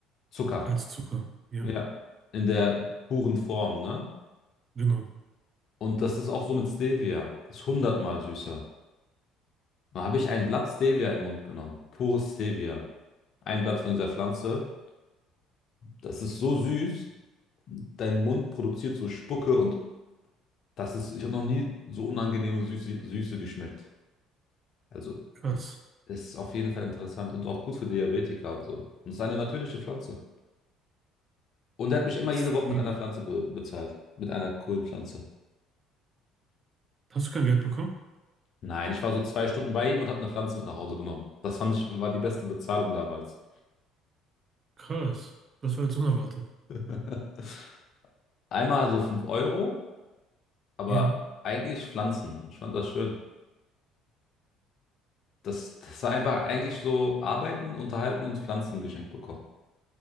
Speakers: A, on the left; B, on the right.
A: Zucker.
B: als Zucker. Ja,
A: Ja. In der puren Form, ne?
B: genau.
A: Und das ist auch so mit Stevia. Ist hundertmal süßer. Da habe ich ein Blatt Stevia in den Mund genommen. Pures Stevia. Ein Blatt von dieser Pflanze. Das ist so süß. Dein Mund produziert so Spucke und das ist, ich habe noch nie so unangenehme Süße, Süße geschmeckt. Also
B: Krass.
A: Ist auf jeden Fall interessant und auch gut für Diabetiker und so. Und es ist eine natürliche Pflanze. Und er hat mich immer
B: Stevia.
A: jede Woche mit einer Pflanze be bezahlt. Mit einer Kohlenpflanze.
B: Hast du kein Geld bekommen?
A: Nein, ich war so zwei Stunden bei ihm und habe eine Pflanze mit nach Hause genommen. Das fand ich, war die beste Bezahlung damals.
B: Krass. Das war jetzt unerwartet.
A: <laughs> Einmal so 5 Euro, aber
B: Ja.
A: eigentlich Pflanzen. Ich fand das schön. Das, das war einfach eigentlich so arbeiten, unterhalten und Pflanzen geschenkt bekommen.